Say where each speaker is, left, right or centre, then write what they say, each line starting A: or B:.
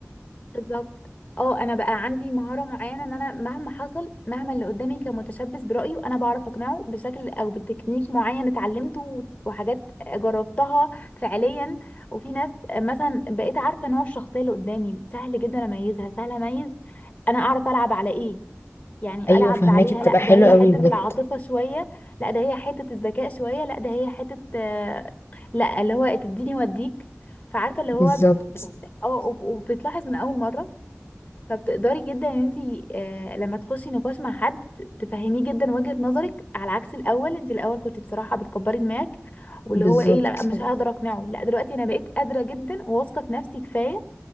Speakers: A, on the left; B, on the left.
A: بالظبط اه انا بقى عندي مهاره معينه ان انا مهما حصل مهما اللي قدامي كان متشبث برايي انا بعرف اقنعه بشكل او بتكنيك معين اتعلمته و- وحاجات جربتها فعليا وفي ناس مثلا بقيت عارفه نوع الشخصيه اللي قدامي سهل جدا اميزها سهل اميز انا اعرف العب على ايه يعني
B: ايوه
A: العب
B: فهماكي
A: عليها
B: بتبقى
A: لا
B: حلوه
A: ده هي
B: قوي
A: حته
B: بجد
A: العاطفه شويه لا ده هي حته الذكاء شويه لا ده هي حته آه، لا اللي هو تديني وديك فعارفه اللي
B: بالظبط
A: هو اه وب- وبتلاحظ من اول مره فبتقدري جدا ان انت آه، لما تخشي نقاش مع حد ت- تفهميه جدا وجهة نظرك على عكس الاول انت الاول كنت بصراحة بتكبري دماغك واللي
B: بالظبط
A: هو ايه لا مش هقدر اقنعه لا دلوقتي انا بقيت قادرة جدا وواثقة في نفسي كفاية